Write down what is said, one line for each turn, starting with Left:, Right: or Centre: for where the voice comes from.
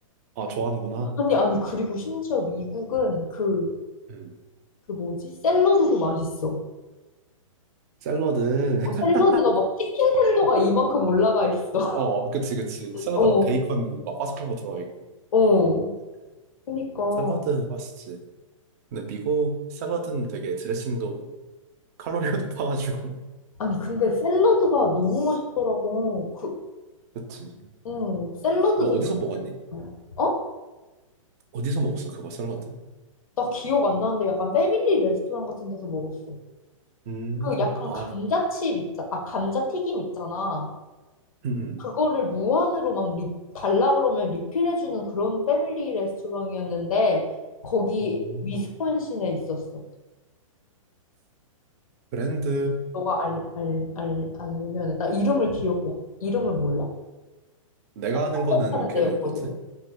Right: 아, 좋아하는구나.
Left: 아니, 아니, 그리고 심지어 미국은 그,
Right: 음.
Left: 그 뭐지? 샐러드도 맛있어.
Right: 샐러드.
Left: 어, 샐러드가
Right: <laughs>
Left: 막 치킨 텐더가 이만큼 올라가 있어.
Right: 어, 그치, 그치.
Left: <laughs>
Right: 샐러드
Left: 어,
Right: 막 베이컨 막 바삭한 거 들어가 있고.
Left: 어. 그니까.
Right: 샐러드 맛있지. 근데 미국 샐러드는 되게 드레싱도 칼로리가 <laughs> 높아가지고.
Left: 아니, 근데 샐러드가 너무 맛있더라고. 그,
Right: 그치.
Left: 응 샐러드도
Right: 너 어디서
Left: 맛있어요.
Right: 먹었니?
Left: 어?
Right: 어디서 먹었어, 그거 샐러드?
Left: 나 기억 안 나는데 약간 패밀리 레스토랑 같은 데서 먹었어.
Right: 음,
Left: 그 약간
Right: 아,
Left: 감자칩 있잖아. 아, 감자튀김 있잖아.
Right: 음, 음.
Left: 그거를 무한으로 막 리, 달라 그러면 리필해주는 그런 패밀리 레스토랑이었는데 거기
Right: 오.
Left: 위스콘신에 있었어.
Right: 브랜드
Left: 너가 알, 알, 알, 알면은 나 이름을 기억해. 이름을 몰라.
Right: 내가 아는
Left: 햄버거
Right: 거는
Left: 파는
Right: 그
Left: 데였거든.
Right: 뭐지?